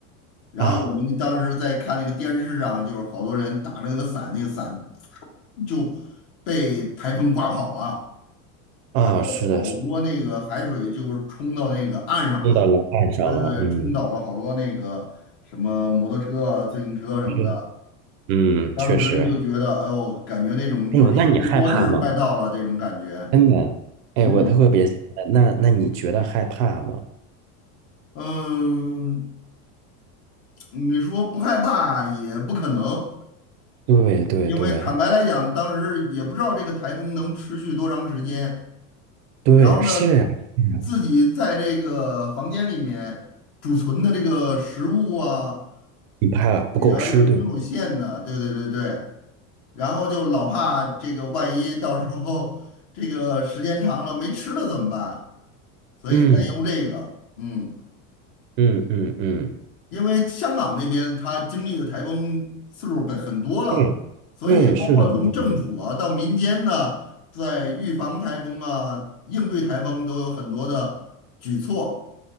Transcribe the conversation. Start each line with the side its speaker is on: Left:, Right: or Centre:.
Left: 然后我们当时在看那个电视上，
Right: 啊
Left: 就是好多人打着那个伞，那个伞就被台风刮跑了，
Right: 啊，
Left: 然后好多那个海水就冲到那个岸上了，
Right: 是的，是的，碰到了岸上了，
Left: 对对对，
Right: 嗯，
Left: 冲倒了好多那个什么摩托车啊、自行车什么的。
Right: 你说嗯，
Left: 当时就觉得，
Right: 确实，
Left: 哎呦，感觉那种就是世界末日快到了这种感觉。
Right: 哎呦，那你害怕吗？真的，哎，
Left: 嗯
Right: 我特别想问，那那你觉得害怕吗？
Left: 嗯，你说不害怕也不可能，
Right: 对对对
Left: 因为坦白来讲，当时也不知道这个台风能持续多长时间。
Right: 对，
Left: 然后呢，
Right: 是呀，是呀，
Left: 自己在这个房间里面储存的这个食物啊。
Right: 你怕不够吃，
Left: 也啊，又挺有限的，
Right: 对不对
Left: 对对对对。然后就老怕这个万一到时候这个时间长了没吃的怎么办？所以担忧这个，
Right: 嗯
Left: 嗯，
Right: 嗯嗯嗯，
Left: 因为香港那边它经历的台风次数本很多了，
Right: 对对，
Left: 所以包括从政府啊到民间呢，
Right: 是的，是的
Left: 在预防台风啊、应对台风都有很多的举措。